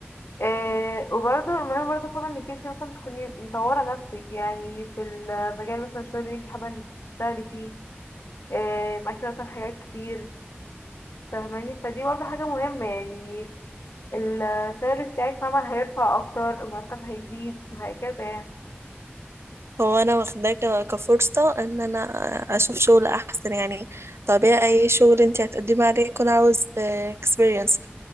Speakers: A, on the left; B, on the right.
A: إيه وبرضه المهم برضه فاهمة انك انتي مثلا تكوني مطورة نفسك يعني في المجال مثلا الشغل اللي انتي حابة انك تشتغلي فيه إيه معاكي مثلا حاجات كتير فاهماني فدي برضه حاجة مهمة يعني السعر بتاعك مهما هيرفع أكتر المرتب هيزيد وهكذا يعني
B: هو انا واخداه ك- كفرصة ان انا اشوف شغل احسن يعني طبيعي اي شغل انت هتقدمي عليه يكون عاوز اكسبيرينس